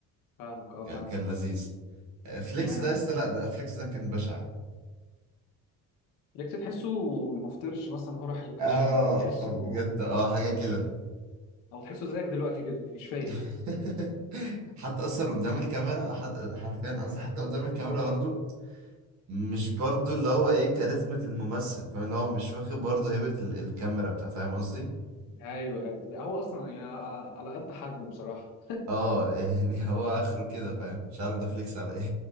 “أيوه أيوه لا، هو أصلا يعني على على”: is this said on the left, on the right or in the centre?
Left